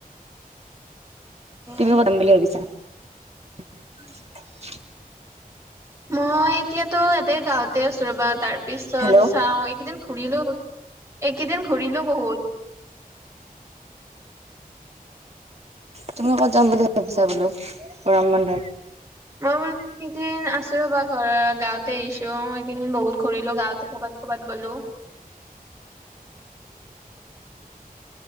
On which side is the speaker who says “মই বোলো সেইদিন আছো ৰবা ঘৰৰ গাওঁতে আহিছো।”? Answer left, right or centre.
Right